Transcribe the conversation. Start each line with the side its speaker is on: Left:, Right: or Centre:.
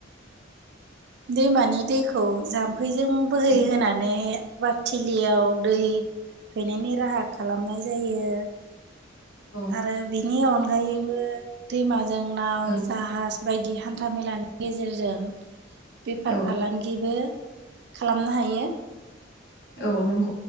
Right: दैमानि दैखौ जाम्फैजों बोहै
Left: औ
Right: होनानै आबादथिलियाव दै हैनायनि राहा खालामनाय
Left: औ
Right: जायो
Left: औ
Right: आरो बिनि अनगायैबो दैमाजों नाव
Left: ओं
Right: जाहाज बायदि हान्था मेलानि गेजेरजों बेफार
Left: औ
Right: फालांगिबो खालामनो हायो।
Left: औ नंगौ